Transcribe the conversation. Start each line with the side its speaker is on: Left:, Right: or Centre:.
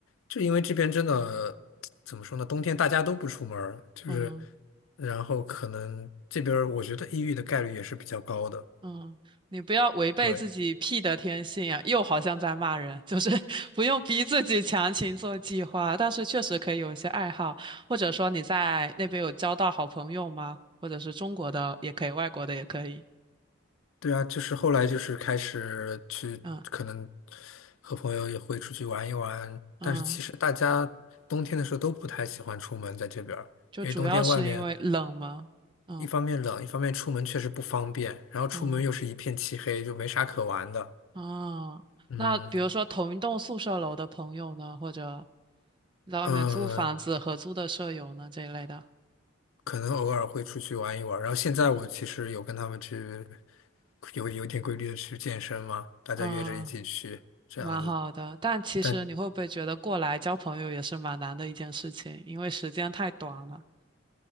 Left: 就因为这边真的怎么说呢，冬天大家都不出门儿就是
Right: 嗯
Left: 然后可能这边儿我觉得抑郁的概率也是比较高的。
Right: 嗯，你不要违背自己
Left: 对。
Right: P 的天性啊！又好像在骂人，就是 <laughs> 不用逼自己强行做计划，但是确实可以有一些爱好，或者说你在那边有交到好朋友吗？或者是中国的也可以，外国的也可以。
Left: 对啊，就是后来就是开始去，
Right: 嗯
Left: 可能和朋友也会出去玩一玩，
Right: 嗯，
Left: 但是其实大家冬天的时候都不太喜欢出门在这边儿，
Right: 就主要是因为冷吗？
Left: 因为冬天外面
Right: 嗯
Left: 一方面冷，一方面出门确实不方便，然后出门又是一片漆黑，
Right: 嗯。
Left: 就没啥可玩的。
Right: 啊，
Left: 嗯
Right: 那比如说同一栋宿舍楼的朋友呢，或者在外面租房子合租的舍友呢这一类的，
Left: 嗯，呃可能偶尔会出去玩一玩。然后现在我其实有跟他们去，有有点规律的去健身嘛，大家约着一起去这样子。
Right: 嗯，蛮好的。但其实你会不会觉得过来交朋友也是蛮难的一件事情，
Left: 但
Right: 因为时间太短了。